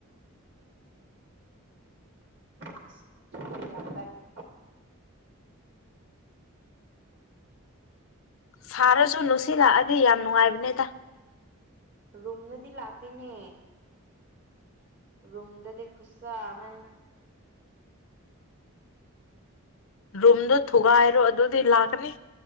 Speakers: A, on the right (about 55°); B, on the left (about 65°).
A: ꯑꯗꯨꯁꯨ ꯌꯥꯝ ꯒꯥꯟ <unintelligible>
B: ꯁꯥꯔꯁꯨ ꯅꯨꯡꯁꯤꯠ ꯂꯥꯛꯑꯗꯤ ꯌꯥꯝ ꯅꯨꯡꯉꯥꯏꯕꯅꯤꯗ
A: ꯔꯨꯝꯗꯗꯤ ꯂꯥꯛꯗꯅꯦ ꯔꯨꯝꯗꯗꯤ ꯈꯨꯨꯠꯁꯥ ꯑꯃꯅꯤ
B: ꯔꯨꯝꯗꯣ ꯊꯨꯒꯥꯏꯔꯣ ꯑꯗꯨꯗꯤ ꯂꯥꯛꯀꯅꯤ